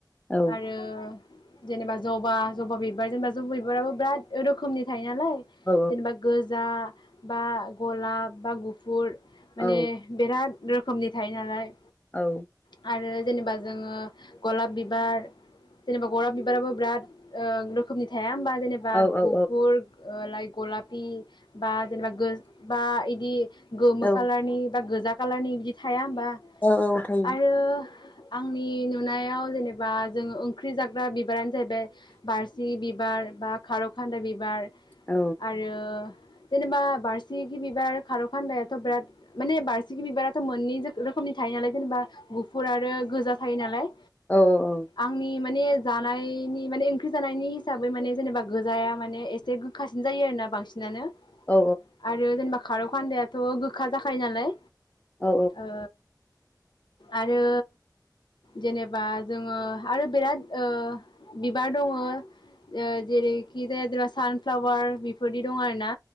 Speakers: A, on the left; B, on the left.
A: औ
B: आरो जेनेबा जबा जबा बिबार जेनेबा जबा बिबाराबो बिराद रोखोमनि थायो नालाय
A: औ
B: जेनेबा गोजा बा गलाब बा गुफुर माने
A: औ
B: बिराद <unintelligible> खोमनि थायो नालाय
A: औ।
B: आरो जेनेबा जोङो गलाब बिबार जेनेबा गलाब बिबाराबो बिराद ओ रोखोमनि थाया होमबा? जेनेबा
A: औ
B: गुफुर लाइक गलापि बा जेनेबा गोज बा इद दि गोमो
A: औ
B: कालारनि बा गोजा कालारनि थाया बा
A: औ औ थायो।
B: आरो आंनि नुनायाव जेनेबा जोंङ ओंख्रि जाग्रा बिबारानो जाहैबाय बारसिगि बिबार बा खारौखान्दाय बिबार
A: औ
B: आरो जेनेबा बारसिकि बिबार आरो खारौखान्दायाथ' बिराद माने बारसिकि बिबारा मोननै जोखो रोखोमनि थायो नालाय जेनेबा गुफुर आरो गोजा थायो नालाय
A: औ औ औ।
B: आंनि माने जानायनि माने ओंख्रि जानायनि हिसाबै माने जेनेबा गोजाया माने एसे गोखासिन जायो आरोना बांसि नानो
A: औ
B: आरो जेनेबा खारौखान्दायाथ' गोखा जाखायो नालाय
A: औ
B: ओ आरो जेनेबा जोङो आरो बिराद ओ बिबार दङ ओ जेरैखि जाया <unintelligible> सानफ्लावार बेफोरदि दं आरो ना।